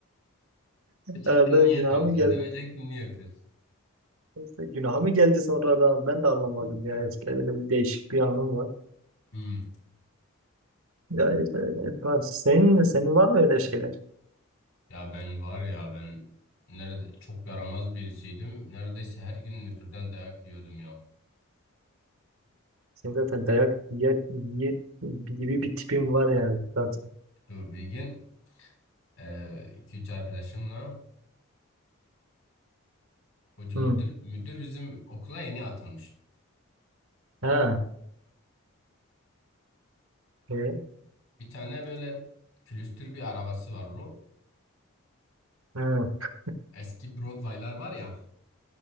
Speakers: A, on the left; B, on the right.
A: Diyecektin
B: Herhalde
A: niye
B: günah
A: dövdün?
B: mı geldi?
A: Dövecektin niye öpüyorsun?
B: İşte günah mı geldi sonradan? Ben de anlamadım. Yani işte öyle bir değişik bir anım var.
A: Hmm.
B: Ya işte öyle. Ben- Senin, senin var mı öyle şeyler?
A: Ya ben var ya ben nerede çok yaramaz birisiydim. Neredeyse her gün müdürden dayak yiyordum ya.
B: Senin zaten dayak ye, ye- gibi bir tipin var yani zaten.
A: Dur bir gün eee, iki üç arkadaşımla hoca
B: Hı.
A: müdür müdür bizim okula yeni atanmış.
B: Ha. E,
A: Bir tane böyle külüstür bir arabası var lo.
B: ha.
A: Eski Broadway'lar var ya.